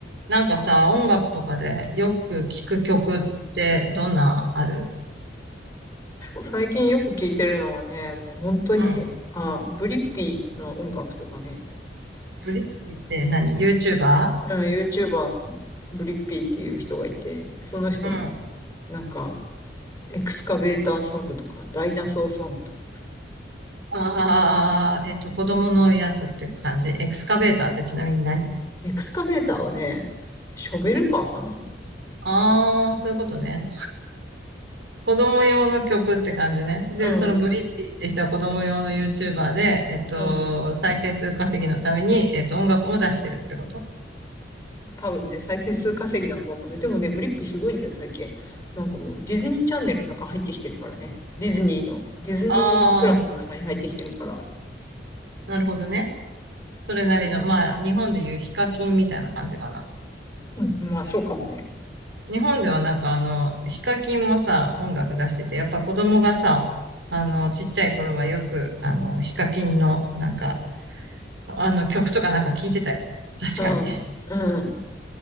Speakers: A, on the right (about 85°); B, on the left (about 15°).
A: なんかさ、音楽とかでよく聴く曲ってどんなある
B: 最近よく聴いてるのはね、もう本当に、
A: うん。
B: あ、ブリッピーの音楽とかね、
A: ヨリッピーって何 ?YouTuber?
B: うん、YouTuber のブリッピーっていう人がいて、その人の、
A: うん。あ
B: なんか、エクスカベーターソングとか、ダイナソーソングとか。
A: あ、えっと、子供のやつって感じ。エクスカベーターってちなみに何
B: エクスカベーターはね、ショベルカーかな
A: ああー、そういうことね。子供用の曲って感じね。で、
B: うん、
A: そのブリッピーって人は子供用の YouTuber で、えっと、
B: うん。
A: 再生数稼ぎのために、えっと、音楽も出してるってこと
B: 多分ね、再生数稼ぎなのかわかんない。でもね、ブリッピーすごいんだよ、最近。なんかもう、ディズニーチャンネルの中入ってきてるからね。ディズニーの、ディズニープラスの中に入ってきてるから。
A: ああー、なるほどね。それなりの、まあ、日本でいうヒカキンみたいな感じかな。
B: まあ、そうかもね。
A: 日本ではなんかあの、ヒカキンもさ、音楽出してて、やっぱ子供がさ、あの、ちっちゃい頃はよく、あの、ヒカキンの、なんか、あの曲とかなんか聞いてたよ。確かに。
B: うん。
A: <laughs>
B: うん。